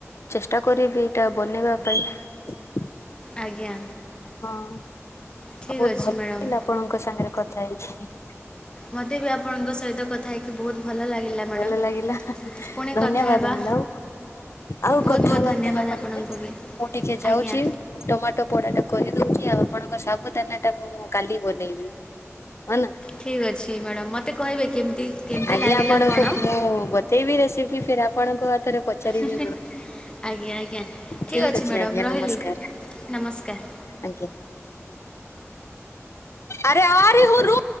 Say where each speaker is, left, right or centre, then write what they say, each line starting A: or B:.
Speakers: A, on the left (about 60°); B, on the left (about 20°).
A: ଚେଷ୍ଟା କରିବି ଏଇଟା ବନେଇବା ପାଇଁ
B: ଆଜ୍ଞା।
A: ହଁ। ଆଉ
B: ଠିକ୍
A: ବହୁତ
B: ଅଛି
A: ଭଲ
B: ମ୍ୟାଡ଼ମ୍
A: ଥିଲା ଆପଣଙ୍କ ସାଙ୍ଗରେ କଥା ହେଇକି।
B: ମତେ ବି ଆପଣଙ୍କ ସହିତ କଥା ହେଇକି ବହୁତ ଭଲ ଲାଗିଲା ମ୍ୟାଡ଼ମ୍
A: ଭଲ ଲାଗିଲା
B: ପୁଣି
A: ଧନ୍ୟବାଦ
B: କଥା ହେବା
A: ମ୍ୟାଣ୍ଡାମ ଆଉ
B: ବହୁତ
A: କଥାବାର୍ତା
B: ବହୁତ ଧନ୍ୟବାଦ
A: ହେବା
B: ଆପଣଙ୍କୁ
A: ଆମେ
B: ବି
A: ମୁଁ ଟିକେ ଯାଉଛି
B: ଆଜ୍ଞା
A: ଟମାଟୋ ପୋଡାଟା କୁ କରିଦଉଛି ଆଉ ଆପଣଙ୍କ ସାବୁ ଦାନା ଟା ମୁଁ କାଲି ବନେଇବି। ହଁ ନା
B: ଠିକ୍ ଅଛି ମ୍ୟାଡାାମ ମତେ କହିବେ କେମତି କେମତି
A: ଆଜ୍ଞା
B: ଲାଗିଲା
A: ଆପଣଙ୍କୁ
B: କଣ?
A: ମୁଁ ବତେଇବି ରେସିପି କି ଫରେ ଆପଣଙ୍କ ରେ ପଚାରିବି
B: ଆଜ୍ଞା ଆଜ୍ଞା ଠିକ୍
A: ଠିକ ଅଛି
B: ମ୍ୟାଡ଼ାମ୍
A: ଆଜ୍ଞା
B: ରହିଲି
A: ନମସ୍କାର
B: ନମସ୍କାର।
A: ଆଜ୍ଞା। ଆରେ ଆରେ ହୁ ରୁ